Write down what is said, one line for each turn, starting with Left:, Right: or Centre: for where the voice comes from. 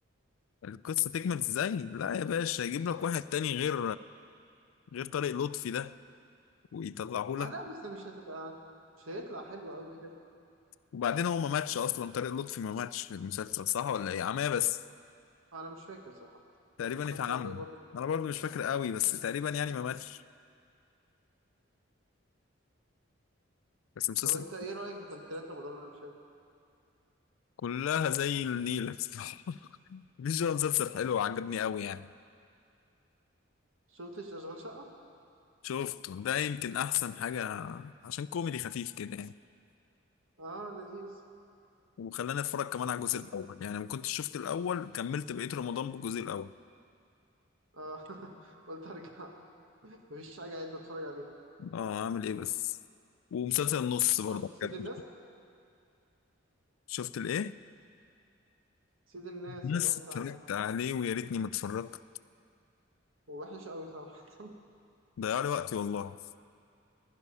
Left: القصة تكمل إزاي لا يا باشا يجيب لك واحد تاني غير غير طارق لطفي ده ويطلعه
Right: آه
Left: لك
Right: لا بس مش هتبقى مش هيطلع حلو أوي كده
Left: وبعدين هو ما ماتش أصلا طارق لطفي ما ماتش في المسلسل صح ولا إيه عماه بس
Right: أنا مش فاكر صراحة
Left: تقريبا
Right: أنا اتفرجت
Left: اتعمى
Right: عليه برضه من
Left: أنا برضو
Right: فترة
Left: مش فاكر
Right: يعني
Left: قوي بس تقريبا يعني ما ماتش بس المسلسل
Right: طب أنت إيه رأيك بتمثيلات رمضان اللي فات؟
Left: كلها زي النيلة بصراحة <laughs> مفيش هو مسلسل حلو وعجبني قوي يعني
Right: شفتش أشغال شقة؟
Left: شفته ده يمكن أحسن حاجة عشان كوميدي خفيف كده يعني
Right: آه لذيذ
Left: وخلاني أتفرج كمان على الجزء
Right: بس-
Left: الأول يعني ما كنتش شفت الأول كملت بقية رمضان بالجزء الأول
Right: آه <laughs> قلت أرجع مفيش حاجة عايز أتفرج عليها
Left: أه أعمل إيه بس ومسلسل النص برضه
Right: شفت سيد
Left: عجبني
Right: الناس؟
Left: شفت الإيه؟
Right: سيد الناس
Left: بس
Right: اللي هو بتاع
Left: اتفرجت عليه ويا ريتني ما اتفرجت
Right: هو وحش أوي صراحة <laughs>
Left: ضيع لي وقتي والله